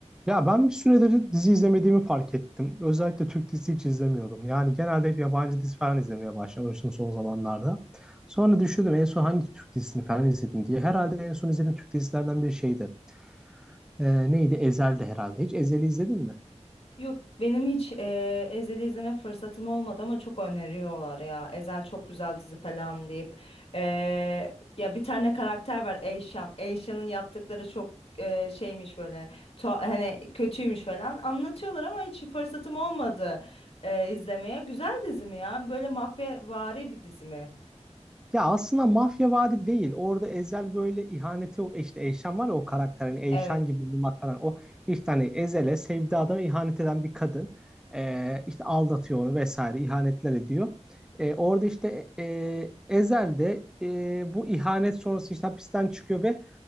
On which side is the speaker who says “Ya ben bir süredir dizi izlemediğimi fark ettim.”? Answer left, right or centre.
Centre